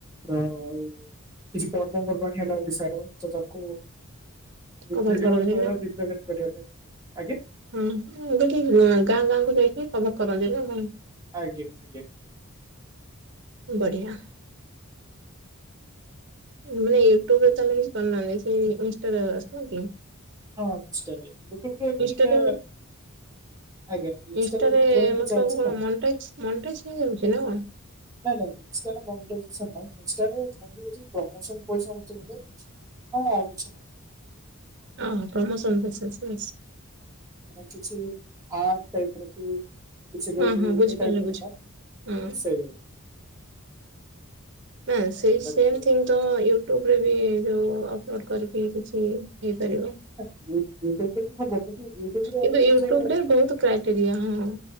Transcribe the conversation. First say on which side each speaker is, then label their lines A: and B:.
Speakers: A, on the right; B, on the right.
A: ର ଆଉ କିଛି ପର୍ବ ପର୍ବାଣୀ ହେଲା ଓଡିଶାର ଚ ତାକୁ
B: କଭର
A: ଭିଡିଓ
B: କରନ୍ତି
A: ଦ୍ଵାରା <unintelligible> କରିବା ପାଇଁ ଆଜ୍ଞା।
B: ହୁଁ ମୁଁ କହିଲି ବୁ ଗାଁ ଗାଁ କୁ ଯାଇକି ଖବର୍ କରନ୍ତି ନା କଣ।
A: ଆଜ୍ଞା ଆଜ୍ଞା।
B: ବଢ଼ିଆ। ମାନେ ୟୁଟ୍ୟୁବ୍ ରେ ତାହେଲେ କିଛି କରୁନାହାନ୍ତି ସେଇ ଇଁଷ୍ଟା ଆସନା କି।
A: ହଁ ଇଁଷ୍ଟା ରେ ୟୁଟ୍ୟୁବ୍ ରେ ଆମେ
B: ଇନଷ୍ଟାରେ
A: ଟିକେ ଆଜ୍ଞା ଇନଷ୍ଟାରେ
B: ଇଁଷ୍ଟାରେ
A: ଏବେ ଟ୍ରେଣ୍ଡ
B: ମତ୍ଲବ୍
A: ଚାଲିଛି
B: କଣ
A: ନା
B: ମଣ୍ଟାଇଜ୍ ମନ୍ଟାଇଜ୍ ହେଇଯାଉଚୀ ନା କଣ।
A: ନାଇଁ ନାଇଁ ଇନଷ୍ଟା ରେ ମୋନିଟାଇଜେସନ୍ ନାଇଁ। ଇନଷ୍ଟା ରେ ଓନଲି ଅଛି ପ୍ରୋମସନ୍ ପଇସା ମୋତେ ମିଳେ। ହଁ ଆଉ କିଛି ନାହିଁ।
B: ଓ ହଁ ପ୍ରୋମୋସନ୍ ପଇସା ଆସେ ବାସ୍।
A: ଆର କିଛି ଆର୍ଟ ଟାଇପ୍ ର କି କିଛି କୋଉଟି
B: ହଁ ହଁ ବୁଝିପାରିଲି
A: ଏଇ ଟାଇପ୍ ହେଲା
B: ବୁଝିପାରିଲି
A: ତ
B: ହଁ
A: ସେଇ ଭଳିଆ।
B: ନା ସେଇ
A: ବାକି
B: ସେମ୍ ଥିଙ୍ଗ। ତ ୟୁଟ୍ୟୁବ୍ ରେ ବି ଯୋଉ ଅପଲୋଡ୍ କରିକି କିଛି ହେଇପାରିବ।
A: ହେ ୟୁ ୟୁଟ୍ୟୁବ୍ ରେ ବି ହବ। କିନ୍ତୁ ୟୁଟ୍ୟୁବରେ
B: କିନ୍ତୁ
A: ଏବେ
B: ୟୁଟ୍ୟୁବ
A: ଟିକେ
B: ରେ ବହୁତ କ୍ରାଇଟେରିଆ ହଁ।